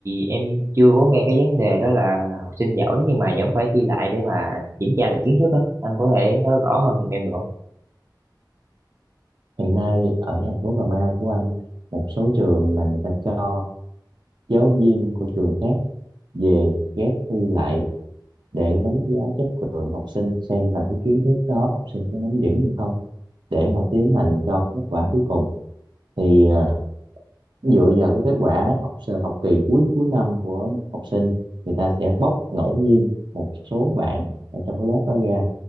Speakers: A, on the right; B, on the right.
A: em chưa có nghe cái vấn đề đó là học sinh giỏi nhưng mà vẫn phải thi lại để mà kiểm tra lại kiến thức đó. Anh có thể nói rõ hơn giùm em được không?
B: hiện nay ở thành phố Cà Mau của anh một số trường là người ta cho giáo viên của trường khác về ghép thi lại để đánh giá chất lượng học sinh xem là cái kiến thức đó học sinh có nắm vững hay không để họ tiến hành cho cái kết quả cuối cùng thì à, dựa vào cái kết quả học sơ- học kỳ cuối cuối năm của học sinh người ta sẽ bóc ngẫu nhiên một số bạn ở trong cái lớp đó ra